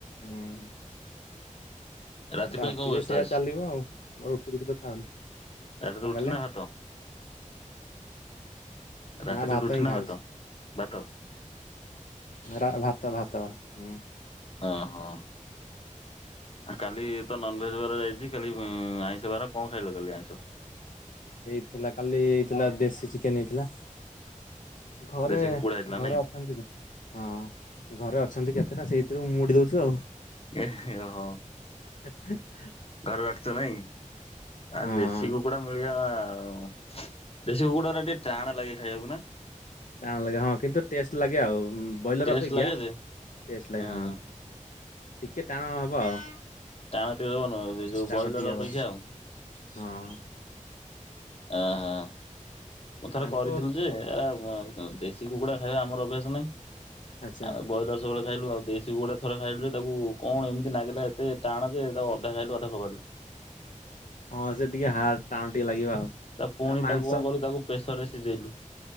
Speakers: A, on the left; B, on the left.
A: ହୁଁଉଁ।
B: ରାତି
A: ରାତିରେ
B: ପାଇଁ କଣ ବ୍ୟବସ୍ଥା
A: ସେୟା
B: ଅଛି
A: ଚାଲିବ ଆଉ। ମୁଁ ରୁଟି ଫୁଟି ତ ଖାଉନି।
B: ରାତିରେ
A: କଣ
B: ରୁଟି
A: କହିଲେ
B: ନା ଭାତ?
A: <unintelligible>
B: ରାତିରେ
A: ନା
B: ରୁଟି
A: ହିଁ
B: ନା
A: ଖାଉଛି
B: ଭାତ ଭାତ।
A: ରା ଭାତ ଭାତ ଭା-ହୁଁ।
B: ଓ ହୋ। ଆ କାଲି ତ ନନଭେଜ ବାର ଯାଇଚି କାଲି ଅଁ-ଆଇଁଷ ବାର କଅଁ ଖାଇଲ କାଲି ଆଇଁଷ।
A: ହେଇଥିଲା କାଲି ହେଇଥିଲା ଦେଶି ଚିକେନ ହେଇଥିଲା। ଘରେ
B: ଦେଶୀ କୁକୁଡା ହେଇଥିଲା
A: ଘରେ
B: ନାଇଁ
A: ଅଛନ୍ତି ନା ହଁ ଘରେ ଅ ଅଛନ୍ତି କେତେଟା ସେଇଥିରୁ ମୁଡ଼ି ଦଉଚୁ ଆଉ।
B: ଏ ହେ ହଅ।
A: ହ <unintelligible>
B: ଘରେ ରଖ ଛ ନାଇଁ। ଆଉ
A: ହଁ।
B: ଦେଶି କୁକୁଡା ମିଳିଆ-ଉ ଦେଶି କୁକୁଡା ଟିକେ ଟାଣ୍ ଲାଗେ। ଖାଇ ହବ୍ ହବ ନା?
A: ଟାଣ୍ ଲାଗେ ହଁ କିନ୍ତୁ ଟେଷ୍ଟ ଲାଗେ ଆଉ। ବ୍ରଏଲର
B: ଟେଷ୍ଟ
A: ଅପେକ୍ଷା
B: ଲାଗେ ଯେ
A: ଟେଷ୍ଟ ଲାଗେ
B: ହୁଁ
A: ହଁ। ଟିକେ ଟାଣ ହବ ଆଉ।
B: ଟାଣ ଟିକେ ଯ ଯୋଉ
A: ଟାଣ
B: ବ୍ରଇଲର
A: ଟିକେ ହବ
B: ଅପେକ୍ଷା ଆଉ।
A: ହଁ
B: ହଁ ହଁ। ମୁଁ
A: ତାଙ୍କ
B: ଥରେ କରିଥିଲି ଯେ ଏରା ମ ଦେଶି କୁକୁଡ଼ା ଖାଇବା ଆମର ଅଭ୍ୟାସ ନାହିଁ।
A: ଆଚ୍ଛା।
B: ଆ ବଇଲର ସବୁବେଳେ ଖାଇଲୁ ଆଉ ଦେଶି କୁକୁଡା ଥରେ ଖାଇଲୁ ଯେ ତାକୁ କଣ ଏମିତି ନାଗିଲା ଏତେ ଟାଣ ଯେ ତାକୁ ଅଧା ଖାଇଲୁ ଅଧା ହବା ଲୁ
A: ହଁ ସେ ଟିକେ ହାଡ ଟାଣ ଟିକେ ଲାଗିବ ଆଉ।
B: ତ ପୁଣି
A: ତା ମାଂସ
B: ତାକୁ କଣ କଲୁ ତାକୁ ପ୍ରେସରରେ ସିଜେଇଲୁ।